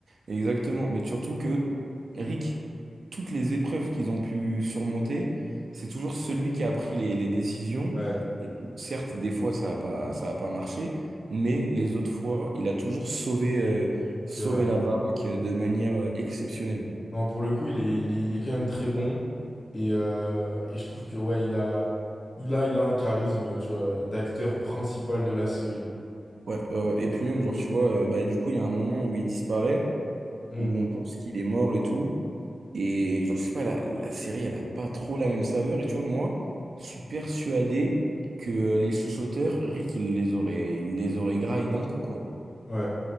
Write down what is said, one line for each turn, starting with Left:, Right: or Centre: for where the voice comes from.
Right: exactement. Mais surtout que Rick, toutes les épreuves qu'ils ont pu surmonter, c'est toujours celui qui a pris les, les décisions.
Left: Ouais,
Right: Et certes, des fois, ça a pas, ça a pas marché, mais les autres fois, il a toujours sauvé, euh,
Left: c'est
Right: sauvé
Left: vrai.
Right: la baraque euh, de manière euh, exceptionnelle.
Left: Non, pour le coup, il est, il est, il est quand même très bon. Et, euh, et je trouve que ouais, il a, il a, il a un charisme, tu vois, d'acteur principal de la série.
Right: Ouais, euh, ouais. et puis même, genre, tu vois, euh, bah, du coup, il y a un moment où il disparaît,
Left: Hmm,
Right: où on pense qu'il est mort et tout. Et genre, je sais pas, la, la série, elle a pas trop la même saveur. Et tu vois, moi, je suis persuadé que euh, les sous-sauteurs, Rick, il les aurait, il les aurait graillés d'un coup, quoi.
Left: ouais.